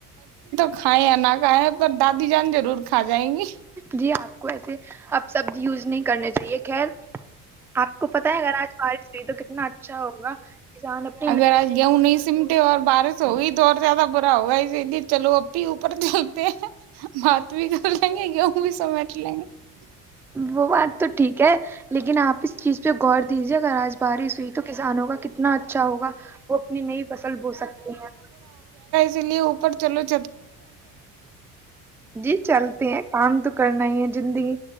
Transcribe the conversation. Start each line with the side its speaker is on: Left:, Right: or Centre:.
Right: کھیں نہ کھائے پر دادی جان ضرور کھا جائیں گی
Centre: جی آپ کو ایسے اب سبزی یوز نہیں کرنی چاہیے خیر آ کو پتہ ہے اگر آج بارش ہوئی تو کتنا اھا اچھا ہوگا کسان اپنی
Right: اگر آج گیہوں نہیں سمٹے اور بارش ہوگئی تو اور زیادہ برا ہوگا اسی لیے چلو اوپر کے ہوتے ہیں بات بھی کر لیں گے گیہوں بھی سمیٹ لیں گے
Centre: وہ بات تو ٹھیک ہے لیکن آپ اس چیز پہ غور دیجیے اگر آج میں بارش ہوئی تو کسانوں کا کتنا اچھا ہوگا وہ اپنی نئی فصل بو سکتے ہیں
Right: اس لیے اوپر چلو ج
Centre: جی چلتے ہیں کام تو کرنا ہی ہے